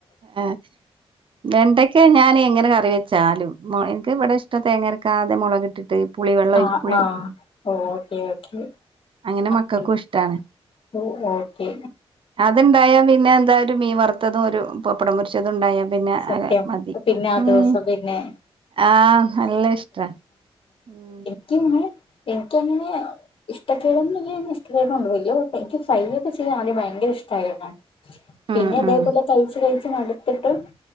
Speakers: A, on the right; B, on the left.
A: ആഹ് വെണ്ടക്ക് ക്കെ ഞാൻ എങ്ങനെ കറി വെച്ചാലും മ് എനിക്ക് ഇവിടെ ഇഷ്ടം തേങ്ങരക്കാതെ മുളകിട്ടിട്ട് പുളിവെള്ളം
B: ആ
A: പുളി
B: ആ ഓക്കെ ഓക്കേ
A: അങ്ങനെ
B: <unintelligible>
A: മക്കൾക്കും ഇഷ്ടാണ്
B: ഓ ഓക്കേ
A: അത്ണ്ടായാ പിന്നെ എന്താ ഒരു മീൻ വറുത്തതും ഒരു പപ്പടം പൊരിച്ചതുണ്ടായാ പിന്നെ
B: സത്യം
A: അത് മതി
B: പിന്നെ ആ
A: ഉം
B: ദിവസം പിന്നെ
A: ആഹ് നല്ല ഇഷ്ടാ ഉം
B: എക്ക് നെ എനിക്കങ്ങനെ ഇഷ്ടക്കേടൊന്നുല്ല ന്ന ഇഷ്ട <unintelligible> എനിക്ക് ഫ്രെയ് ഒക്കെ ചെയ്യാൻ ആദ്യം ഭയങ്കര ഇഷ്ടായിരുന്നു. പിന്നെ
A: ഉം
B: ഇതേപോലെ
A: ഉം
B: കയിച്ചു കയിച്ചു മടുത്തിട്ട്